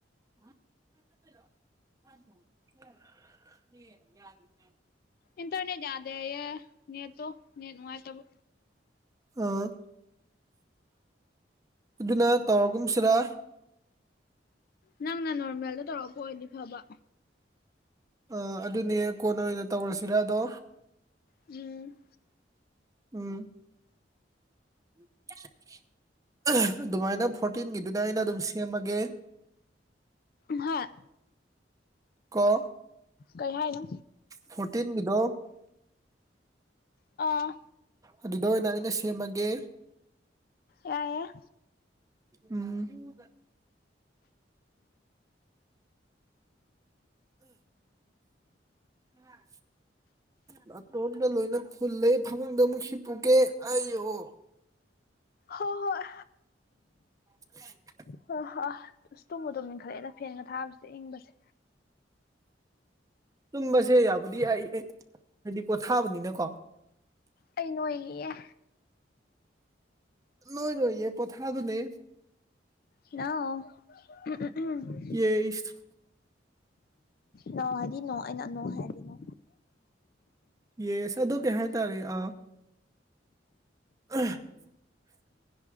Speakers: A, on the right; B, on the left.
A: <unintelligible> <unintelligible>
B: ꯏꯟꯇꯔꯅꯦꯠ ꯌꯥꯗꯦꯌꯦ ꯅ‌ꯦꯠꯇꯣ ꯅ‌ꯦꯠ ꯅꯨꯡꯉꯥꯏꯇꯕ
A: ꯑꯥ ꯑꯗꯨꯅ ꯇꯧꯔꯒꯨꯝꯁꯤꯔꯥ
B: ꯅꯪꯅ ꯅꯣꯔꯃꯦꯜꯗ ꯇꯧꯔꯛꯄ ꯑꯣꯏꯗꯤ ꯐꯕ
A: ꯑꯥ ꯑꯗꯨꯅꯦ ꯀꯣꯟꯅ ꯑꯣꯏꯅ ꯇꯧꯔꯁꯤꯔ ꯑꯗꯣ
B: ꯎꯝ
A: ꯎꯝ <unintelligible> <unintelligible> ꯑꯗꯨꯃꯥꯏꯅ ꯐꯣꯔꯇꯤꯟꯒꯤꯗꯨꯗ ꯑꯩꯅ ꯑꯗꯨꯝ ꯁꯦꯝꯃꯒꯦ
B: ꯍꯥꯏ
A: ꯀꯣ
B: ꯀꯩ ꯍꯥꯏꯅꯣ
A: ꯐꯣꯔꯇꯤꯟꯒꯤꯗꯣ
B: ꯑꯥ
A: ꯑꯗꯨꯗ ꯑꯣꯏꯅ ꯑꯩꯅ ꯁꯦꯝꯃꯒꯦ
B: ꯌꯥꯏꯌꯦ
A: ꯎꯝ ꯑꯥ ꯅꯥꯇꯣꯟꯒ ꯂꯣꯏꯅ ꯐꯨꯜꯂꯦ ꯐꯃꯨꯡꯗ ꯑꯃꯨꯛ ꯍꯤꯞꯄꯨꯒꯦ ꯑꯩ ꯑꯣ
B: ꯍꯣꯏ ꯍꯣꯏ
A: <unintelligible>
B: ꯍ ꯍ ꯑꯁ ꯇꯨꯝꯕꯨ ꯑꯗꯨꯨꯝ ꯇꯨꯝꯅꯤꯡ ꯈꯠꯂꯛꯑꯦꯅ ꯐꯦꯟꯒ ꯊꯥꯕꯕꯁꯤꯗ ꯏꯪꯕꯁꯦ
A: ꯇꯨꯝꯕꯁꯦ ꯌꯥꯕꯨꯗꯤ ꯌꯥꯏ ꯍꯥꯏꯗꯤ ꯄꯣꯊꯥꯕꯅꯤꯅꯀꯣ
B: ꯑꯩ ꯅꯣꯏ ꯑꯦ ꯑꯦ
A: ꯅꯣꯏ ꯅꯣꯏ ꯌꯦ ꯄꯣꯊꯥ ꯑꯗꯨꯅꯦ
B: ꯂꯅꯥꯎ ꯎꯝ
A: ꯌꯦꯁ
B: ꯅꯣꯏ ꯍꯥꯏꯗꯤ ꯅꯣꯏ ꯑꯩꯅ ꯅ ꯍꯥꯏꯗꯤ ꯅꯦ
A: ꯌꯦꯁꯥꯗ ꯀꯌꯥ ꯍꯥꯏ ꯇꯥꯔꯦ ꯑ <unintelligible>